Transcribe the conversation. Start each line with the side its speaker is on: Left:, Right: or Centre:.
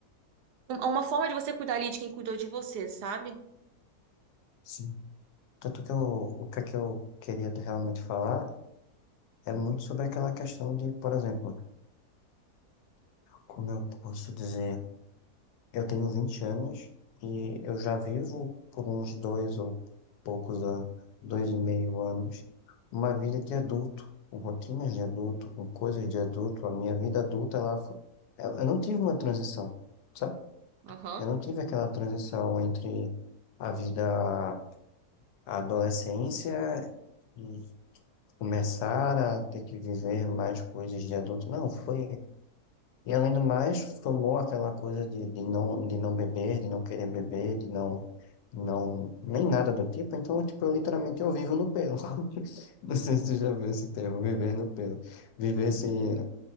Right: um- uma forma de você cuidar ali de quem cuidou de você, sabe?
Left: Sim. Tanto que eu, o que é que eu queria realmente falar É muito sobre aquela questão de, por exemplo, como eu posso dizer, eu tenho 20 anos e eu já vivo por uns dois ou poucos anos, dois e meio anos, uma vida de adulto, com rotinas de adulto, com coisas de adulto. A minha vida adulta, ela, fo- eu eu não tive uma transição, sabe?
Right: Aham.
Left: Eu não tive aquela transição entre a vida, a adolescência e começar a ter que viver mais coisas de adulto. Não, foi E além do mais, formou aquela coisa de, de não, de não beber, de não querer beber, de não, não, nem nada do tipo. Então, tipo, eu literalmente eu vivo no pelo. <laughs> Não sei se tu já viu esse termo, viver no pelo. Viver sem,